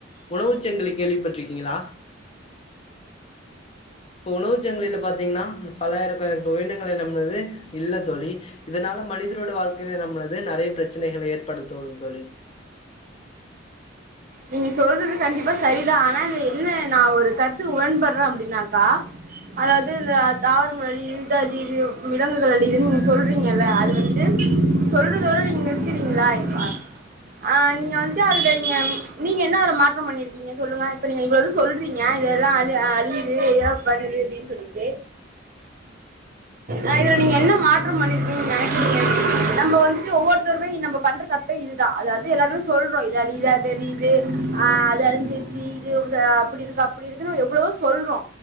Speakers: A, on the left; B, on the right.
A: உணவு சங்கிலி கேள்விப்பட்ருக்கீங்களா இப்போ உணவு சங்கிலில பாத்திங்கனா பலாயிரகண உயிரினங்கள் என்ன பண்ணுது இல்ல தோழி இதனால மனிதரோட வாழ்க்கையில நம்மளது நறைய பிரச்சனைகள ஏற்படுத்தும் தோழி
B: நீங்க சொல்றது கண்டிப்பா சரிதா ஆனா இது என்ன நா ஒரு கருத்து உடன்படற அப்டினாக்கா அதாவது இந்த தாவரங்கள் அழிது இது அழிது விலங்குகள் அழிதுனு நீங்க சொல்றீங்கல அது வந்துட்டு சொல்றதோடு நீங்க நிறுத்துறீங்ளா இப்ப ஆ நீங்க வந்துட்டு அதுல நீங்க நீங்க என்ன அதுல மாற்றம் பண்ணிருக்கீ ங்க சொல்லுங்க இப்ப நீங்க இவ்ளோ இது சொல்றீங்க இதெலா அழி அழியுது இதலா பண்ணுது அப்டின் சொல்லிட்டு
A: <inaudible>
B: ஆ இதுல நீங்க என்ன மாற்றம் பண்ணிருக்கீங்கன் நெனைக்கிறீங்க நம்ப வந்துட்டு ஒவ்வொருத்தருமே இ நம்ம பண்ற தப் பே இதுதா அதாது எல்லாருமே சொல்றோ இத அழிது அத அழி து அ அது அழிஞ்சிருச்சி இது பத அப்புடி இருக்கு அப்புடி இருக்குன்னு எவ்ளவோ சொல்றோ